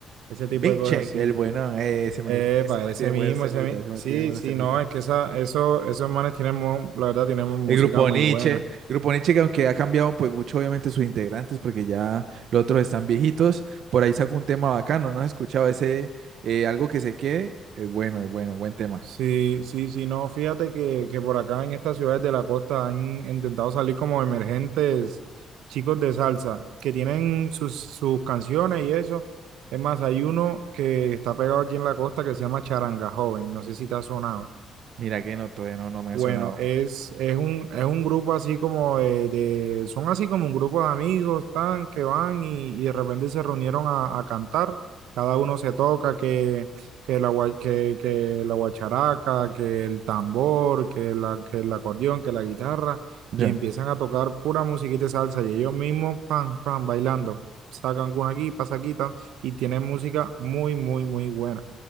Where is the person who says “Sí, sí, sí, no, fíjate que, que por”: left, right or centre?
Right